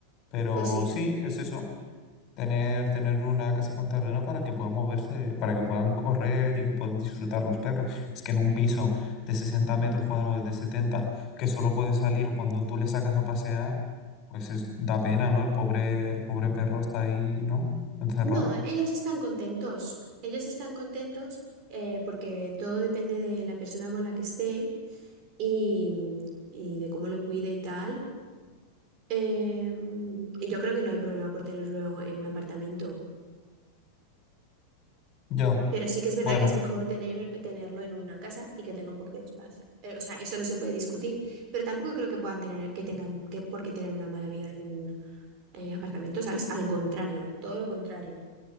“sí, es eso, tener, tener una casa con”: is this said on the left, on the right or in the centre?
Left